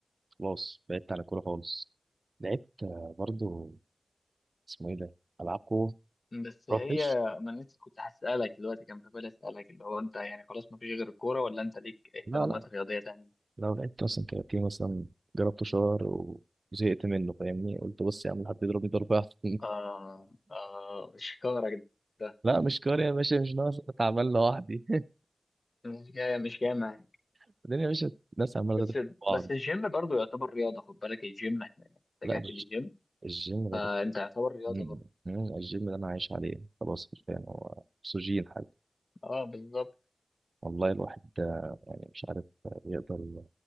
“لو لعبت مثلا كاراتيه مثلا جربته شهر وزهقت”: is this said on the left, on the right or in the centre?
Right